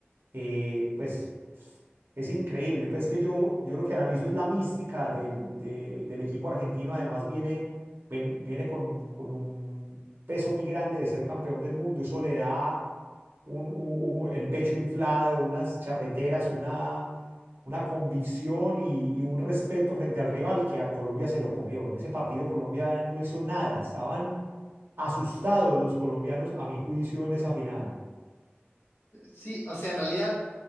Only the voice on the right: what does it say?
eh, pues es increíble. Pues que yo, yo lo que analizo es la mística del, de- del equipo argentino. Además viene, ven- viene con, con un peso muy grande de ser campeón del mundo. Eso le da un- un- un- el pecho inflado, unas charreteras, una, una convicción y, y un respeto frente al rival que a Colombia se lo comió. En ese partido Colombia no hizo nada. Estaban asustados los colombianos, a mi juicio, en esa final.